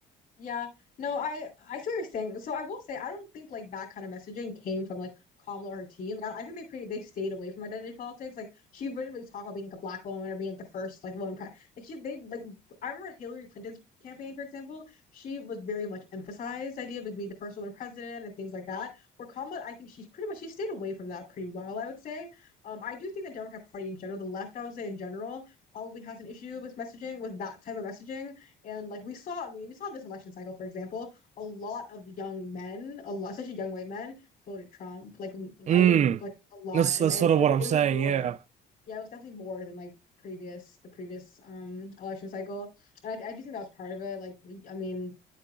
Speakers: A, on the left (about 55°); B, on the right (about 45°).
A: Yeah, no, I I see what you're saying. So I will say I don't think like that kind of messaging came from like Kamala or her team. Like, I I think they pretty they stayed away from identity politics. Like she wouldn't really talk about being like, a black woman or being like the first like woman pre like she they like I remember Hillary Clinton's campaign for example. She was very much emphasized the idea of like being the first woman president and things like that. Where Kamala, I think she's pretty much she stayed away from that pretty well. I would say. Um, I do think the Democrat Party in general, the left, I would say in general, probably has an issue with messaging with that type of messaging and like we saw, I mean, we saw this election cycle, for example, a lot of young men, a lot, especially young white men, voted Trump. Like
B: Mm.
A: I think like a lot,
B: That's
A: and
B: that's
A: and
B: sort
A: it
B: of what I'm
A: it
B: saying,
A: was more,
B: yeah.
A: yeah, it was definitely more than like previous the previous um election cycle. And I I do think that was part of it. Like I mean,